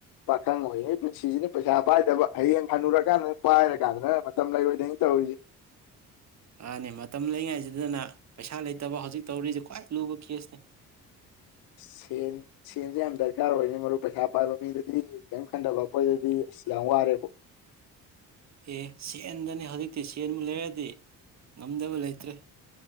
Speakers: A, on the left; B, on the right.
A: ꯄꯥꯈꯪ ꯑꯣꯏꯉꯩ ꯄꯨꯟꯁꯤꯁꯤꯅꯦ ꯄꯩꯁꯥ ꯄꯥꯏꯗꯕ ꯍꯌꯦꯡ ꯍꯅꯨꯔꯀꯥꯟꯗꯅ ꯄꯥꯏꯔ ꯀꯥꯟꯗꯅ ꯃꯇꯝ ꯂꯩꯔꯣꯏꯗꯅꯤ ꯇꯧꯔꯤꯁꯦ
B: ꯃꯥꯅꯦ ꯃꯇꯝ ꯂꯩꯉꯩꯁꯤꯗꯅ ꯄꯩꯁꯥ ꯂꯩꯇꯕ ꯍꯧꯖꯤꯛ ꯇꯧꯔꯤꯁꯤꯦ ꯈ꯭ꯋꯥꯏ ꯂꯨꯕ ꯀꯦꯁꯅꯦ
A: ꯁꯦꯟ ꯁꯦꯟꯁꯦ ꯌꯥꯝ ꯗꯔꯀꯥꯔ ꯑꯣꯏꯅꯤ ꯃꯔꯨ ꯄꯩꯁꯥ ꯄꯥꯏꯕ ꯃꯤꯗꯗꯤ ꯀꯔꯤꯝ ꯈꯟꯊꯕ ꯑꯩꯈꯣꯏꯗꯗꯤ ꯑꯁ ꯌꯥꯝ ꯋꯥꯔꯦꯕꯣ
B: ꯑꯦ ꯁꯦꯟꯗꯅꯦ ꯍꯧꯖꯤꯛꯇꯤ ꯁꯦꯟꯃ ꯂꯩꯔꯗꯤ ꯉꯝꯗꯕ ꯂꯩꯇ꯭ꯔꯦ